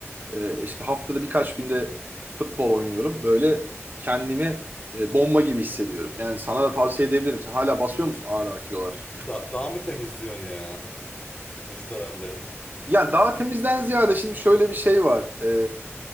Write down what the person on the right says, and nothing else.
E, işte haftada birkaç günde futbol oynuyorum. Böyle kendimi e, bomba gibi hissediyorum. Yani sana da tavsiye edebilirim. Sen hala basıyor musun ağır ağır kilolar?
Yani daha temizden ziyade şimdi şöyle bir şey var. E,